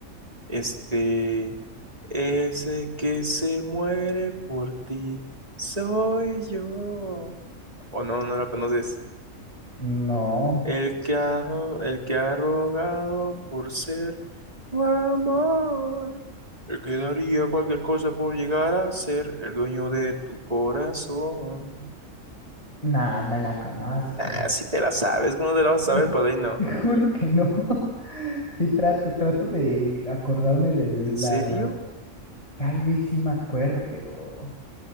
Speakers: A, on the right; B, on the left.
A: Este, ese que se muere por ti, soy yo. O no, no la conoces.
B: No,
A: El que ha, el que ha rogado por ser tu amor. El que daría cualquier cosa por llegar a ser el dueño de tu corazón.
B: no, no la conozco.
A: Nah, si te la sabes, ¿cómo te la vas
B: <laughs>
A: a saber, padrino?
B: Te juro que no. <laughs> Sí trato, trato de acordarme de la...
A: ¿En serio?
B: Tal vez sí me acuerdo, pero